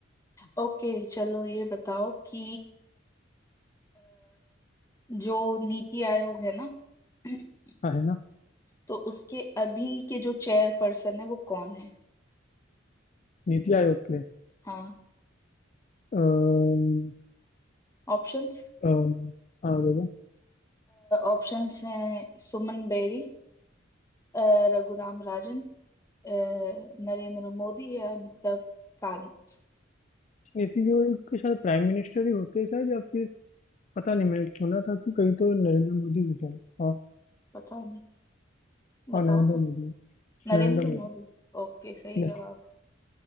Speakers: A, on the left; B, on the left.
A: ओके चलो ये बताओ कि जो नीति आयोग है ना <clears throat>
B: हाँ है ना
A: तो उसके अभी के जो चेयर पर्सन है वो कौन है
B: नीति आयोग के
A: हाँ
B: अम्म,
A: ऑप्शंस
B: अम्म, हाँ देखो
A: ऑप्शंस हैं सुमन बेरी अ, रघुराम राजन अ, नरेंद्र मोदी या अमिताभ कांत
B: नीति जो एक शायद प्राइम मिनिस्टर ही होते हैं शायद या फिर पता नहीं मैंने सुना था कि कहीं तो नरेंद्र मोदी होता है हाँ
A: पता नहीं बताओ
B: हाँ नरेंद्र
A: तो
B: मोदी
A: नरेंद्र
B: नरेंद्र मोदी
A: मोदी ओके सही
B: यस
A: जवाब